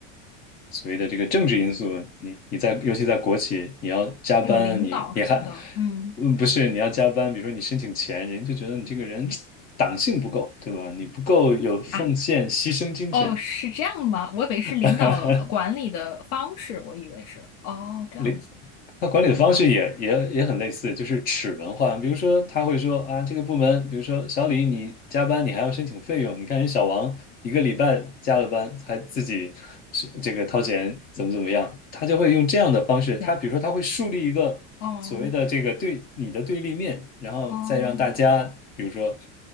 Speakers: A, on the left (about 25°); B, on the left (about 70°).
A: 所谓的这个政治因素，你你在尤其在国企，你要加班，
B: 有领导什么的，
A: 你你还，
B: 嗯
A: 嗯，不是你要加班，比如说你申请钱，人就觉得你这个人党性不够，对吧？你不够有奉献牺牲精神，
B: 啊，哦，是这样吗？我以为是领导管理的方式，
A: <laughs>
B: 我以为是，哦，这样子，
A: 领他管理的方式也也也很类似，
B: 哦，
A: 就是齿轮化。比如说，他会说啊，这个部门，比如说小李，你加班你还要申请费用，你看人小王一个礼拜加了班还自己是这个掏钱，怎么怎么样，他就会用这样的方式。
B: 天呐，
A: 他比如说，他会树立一个所谓的这个对你的对立面，
B: 哦
A: 然后再让大家比如说
B: 哦，